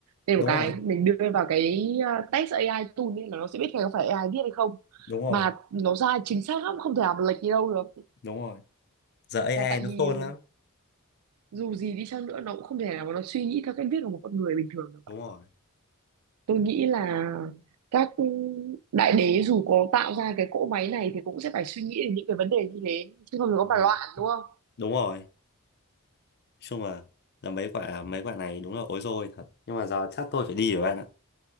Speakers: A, on the right (about 80°); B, on the left (about 50°).
A: thêm
B: đúng
A: một cái
B: rồi
A: mình đưa vào cái uh, test AI tool nên là nó sẽ biết là có phải AI viết hay không
B: đúng rồi
A: mà nó ra chính xác lắm không thể nào mà lệch đi đâu được
B: đúng rồi giờ AI
A: là tại
B: nó
A: vì
B: khôn lắm
A: dù gì đi chăng nữa nó cũng không thể nào mà nó suy nghĩ theo cách viết của một con người bình thường được
B: đúng rồi
A: tôi nghĩ là các đại đế dù có tạo ra cái cỗ máy này thì cũng sẽ phải suy nghĩ đến những cái vấn đề như thế chứ không thì có
B: ừ.
A: mà loạn đúng không
B: đúng rồi nói chung là là mấy quả mấy quả này đúng là ối rồi thật nhưng mà giờ chắc tôi phải đi rồi bạn ạ